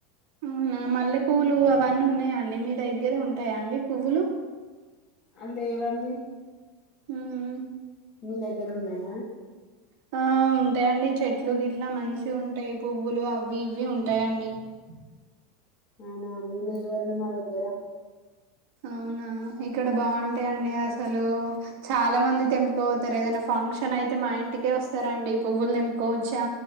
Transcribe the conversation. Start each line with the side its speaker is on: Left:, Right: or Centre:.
Right: అవునా మల్లె పువ్వులు అవన్నీ ఉన్నాయ అండి. మీ దగ్గర ఉంటాయా అండి పువ్వులు?
Left: లేవండి
Right: ఉమ్
Left: మీ దగ్గర ఉన్నయా?
Right: బ్లాంక్ ఆ ఉంటాయండి. చెట్లు గిట్లా మంచి ఉంటాయి పువ్వులు అవి ఇవి ఉంటాయండి. బ్లాంక్
Left: అవున అండి లేవండి మాదగ్గరా
Right: అవునా ఇక్కడ బావుంటయండి అసలు చాలా మంది తెంపుకవో తరు ఏదైనా ఫంక్షన్ అయితే మా ఇంటికే వస్తారండి. పువ్వులు తెంపుకోవచ్చా,